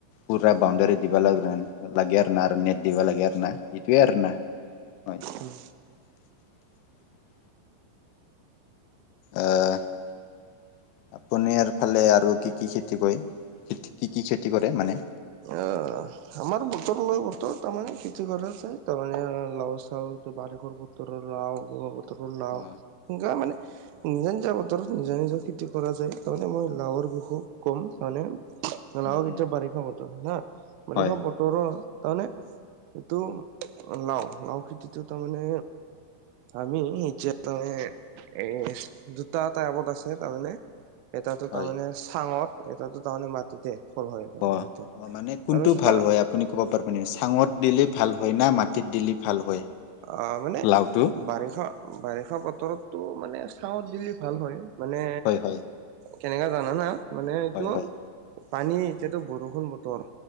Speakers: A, on the left; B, on the right.
A: পুৰা বাউণ্ডাৰী দিবা লাগে, লাগে আৰু না আৰু নেট দিবা লাগে আৰু না এইটোৱে আৰু না হয়
B: উম।
A: <inaudible> আহ। পনাৰ ফালে আৰু কি, কি খেতি কৰে কি, কি খেতি কৰে মানে।
B: অ, আমাৰ বতৰ লয় বতৰ তাৰমানানে কিতি কৰা যায় তাৰমানে লাও, চাও বাৰিখৰ বতৰ লাও অ'। বত লাও
A: অ
B: সেনেুৱা মানে নিজা, নিজা বতৰত নিজা, নিজৰ খেতি কৰা যায়। তাৰণে মই লাওৰ বিষু ক'ম জনে লাহক
A: উম উম
B: এতিয়া বাৰিষা বতৰ না বাৰিষা
A: হয়
B: বত তাৰমানে এইটো লাও, লাও খেতিটো তাৰমানে আমিতিয় ত এ দুটা, এটা আগত আছে তাৰমানে এটাতো
A: হয়
B: তাৰমানে চাঙত এটাতো তাৰমানে মাটিতে। ফল হয় তাৰমানে
A: অ
B: সেইয়া
A: অ মানে কোনটো
B: তাৰপিছত
A: ভাল
B: তা
A: হয় আপুনি ক'ব পাৰিবনে চাঙত দিলেই ভাল হয় না মাটিত দিলেই ভাল হয়।
B: অ, মানে
A: লাওটো
B: বাৰিষা, বাৰিষা বতৰত তটো মানে চাওঁত দিলি ভাল হয় মানে
A: হয় হয়
B: কেনেকা জানা না? মানে এইটো
A: হয় হয়
B: পানী এতিয়াতো বৰষুণ বতৰ